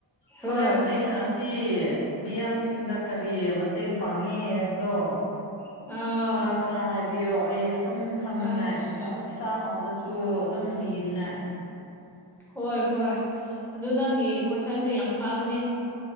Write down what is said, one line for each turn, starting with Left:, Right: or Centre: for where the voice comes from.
Centre: ꯍꯣꯏ
Left: ꯐꯣꯔꯦꯁꯁꯤꯡ ꯑꯁꯤ ꯃꯤꯌꯥꯝꯁꯤꯡꯗ ꯀꯔꯤ ꯃꯇꯦꯡ ꯄꯥꯡꯉꯤ ꯍꯥꯏꯕꯗꯣ
Centre: <unintelligible>
Left: ꯈꯔ ꯈꯔ ꯍꯥꯏꯕꯤꯌꯣ ꯑꯩ ꯑꯗꯨꯝ ꯈꯪꯅꯤꯡꯉꯥꯏ
Centre: ꯑꯁ
Left: <unintelligible> ꯏꯁꯥꯡ ꯂꯣꯟꯗꯁꯨ ꯑꯗꯨꯝ ꯂꯤꯅꯤꯉꯥꯏ
Centre: ꯍꯣꯏ ꯍꯣꯏ ꯑꯗꯨ ꯅꯪꯒꯤ ꯀꯣꯏꯁꯟꯁꯦ ꯌꯥꯝ ꯐꯥꯕꯅꯦ